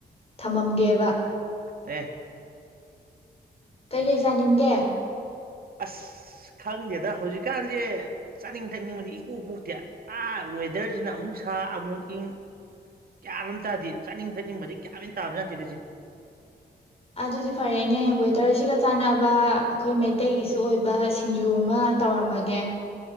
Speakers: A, on the left (about 35°); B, on the right (about 60°).
A: ꯊꯝꯃꯝꯒꯦꯕ
B: ꯑꯦꯦ
A: ꯀꯩꯀꯩ ꯆꯥꯅꯤꯡꯗꯦ
B: ꯑꯁ ꯈꯪꯗꯦꯗ ꯍꯧꯖꯤꯛꯀꯥꯟꯁꯦ ꯆꯥꯅꯤꯡ ꯊꯛꯅꯤꯡꯕꯗꯤ ꯏꯄꯣꯛꯄꯣꯛꯇꯦ ꯑꯥ ꯋꯦꯗꯔꯁꯤꯅ ꯑꯃꯨꯛ ꯁꯥ ꯑꯃꯨꯛ ꯏꯪ ꯀꯌꯥꯝ ꯇꯥꯗꯗꯤ ꯆꯥꯅꯤꯡ ꯊꯛꯅꯤꯡꯕꯗꯤ ꯀꯌꯥꯃꯅ ꯇꯥꯕ ꯌꯥꯗꯦꯗꯁꯦ
A: ꯑꯗꯨꯗꯤ ꯐꯔꯦꯅꯦ ꯋꯦꯗꯔꯁꯤꯒ ꯆꯥꯟꯅꯕ ꯑꯩꯈꯣꯏ ꯃꯩꯇꯩꯒꯤꯁꯨ ꯑꯣꯏꯕ ꯁꯤꯡꯖꯨ ꯑꯃ ꯇꯧꯔꯝꯃꯒꯦ